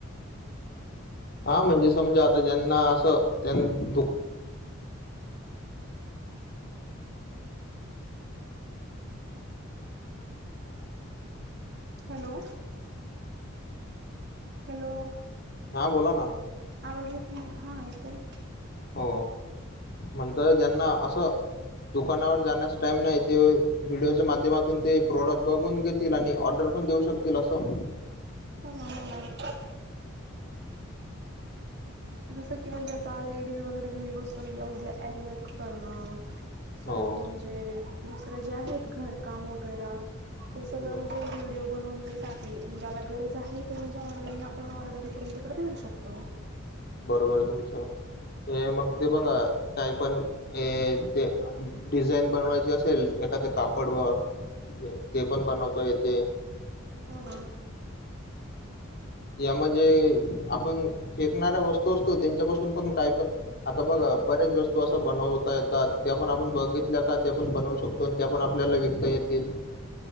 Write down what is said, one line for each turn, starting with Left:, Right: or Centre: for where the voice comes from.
Left: हा म्हणजे समजा आता ज्येना असं त्यांन दु
Right: हॅलो. हॅलो.
Left: हां बोला ना.
Right: आवाज येत नाही, हा येतोय ना.
Left: हो, म्हणत ज्येना असं दुकानावर जाण्यास टाइम नाही त्यो, व्हिडिओच्या माध्यमातून ते प्रोडक्ट बघून घेत आणि ऑर्डर पण देऊ शकतील असं.
Right: कराय आलाय. जसं की म्हणजे आता लेडीज वगैरे घरी बसून ब्लाउज ला एरीवर्क करणं.
Left: हो
Right: परत म्हणजे, दुसरे जे आहेत घरकाम वैगेरा. ते सगळं
Left: बरोबर
Right: म्हणजे व्हिडिओ बनवून जर टाकली, ज्येला गरज आहे ते म्हणजे ऑनलाईन आपण ऑर्डरी करून पुढं देऊ शकतो.
Left: बरोबर तुमचं, हे मग ते बघा काय पण ए, के, डिझाईन बनवायची असेल, एखाद कापड वर्क ते पण बनवता येते.
Right: हो ना.
Left: यामध्ये आपण फेकणाऱ्या वस्तू असतो त्येनंच्यापासून पण काय पण आता बघा, बऱ्याच वस्तू असं बनवता येतात त्या पण आपण बघितल्या का ते पण बनवू शकतो. पण त्या पण आपल्याला विकता येतील.